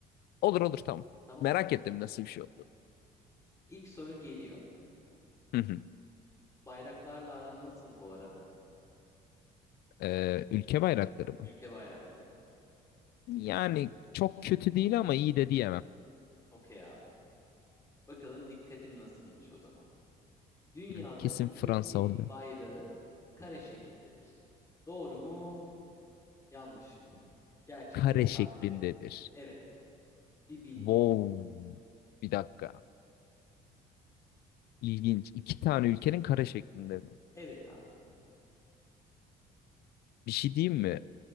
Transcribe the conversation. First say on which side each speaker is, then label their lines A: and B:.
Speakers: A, on the left (about 70°); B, on the left (about 20°).
A: Olur olur tamam.
B: Tamam.
A: Merak ettim nasıl bir şey oldu.
B: İlk soru geliyor.
A: <laughs>
B: Bayraklarla aran nasıl bu arada?
A: Ee, ülke bayrakları mı?
B: Ülke bayrakları.
A: Yani çok kötü değil ama iyi de diyemem.
B: Okey abi. Bakalım dikkatin nasılmış o zaman. Dünyada
A: Hı, Kesin
B: iki
A: Fransa
B: ülkenin
A: oluyor.
B: bayrağı kare şekildedir. Doğru mu, yanlış mı? Gerçek
A: Kare
B: mi, sahte
A: şeklindedir.
B: mi? Evet. Bir bilgi.
A: Wow. Bir dakika. İlginç. İki tane ülkenin kare şeklinde mi?
B: Evet abi.
A: Bir şey diyeyim mi?